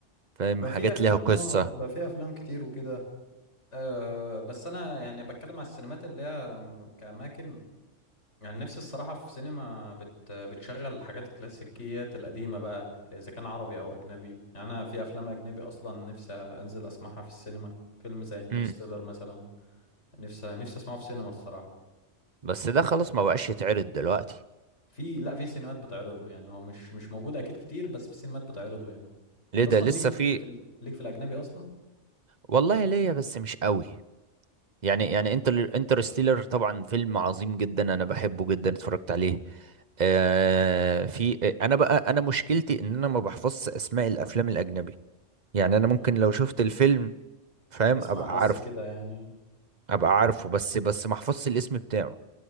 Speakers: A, on the right (about 40°); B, on the left (about 70°).
A: فاهم
B: بقى
A: حاجات
B: في افلام
A: ليها قصة
B: اه بقى في افلام كتير وكده أه بس انا يعني بتكلم على السينمات اللي هي كأماكن يعني نفسي الصراحة في سينما بت... بتشغل الحاجات الكلاسيكيات القديمة بقى إذا كان عربي أو أجنبي يعني أنا في أفلام أجنبي أصلا نفسي أنزل أسمعها في السينما فيلم زي انترستيلر
A: مم.
B: مثلا نفسي نفسي أسمعه في سينما الصراحة
A: بس ده خلاص ما بقاش يتعرض دلوقتي
B: في لا في سينمات بتعرضه يعني هو مش مش موجود أكيد كتير بس في سينمات بتعرضه يعني أنت
A: ليه
B: أصلا
A: ده لسه
B: ليك
A: في
B: ليك في ال... ليك في الأجنبي أصلا
A: والله ليا بس مش قوي يعني يعني
B: مم.
A: انتر انترستيلر طبعا فيلم عظيم جدا انا بحبه جدا اتفرجت عليه آه في انا بقى انا مشكلتي ان انا ما بحفظش اسماء الافلام الاجنبي يعني انا
B: آه.
A: ممكن لو شفت الفيلم فاهم
B: تسمع
A: ابقى
B: بس
A: عارفه
B: كده يعني
A: ابقى عارفه بس بس ما احفظش الاسم بتاعه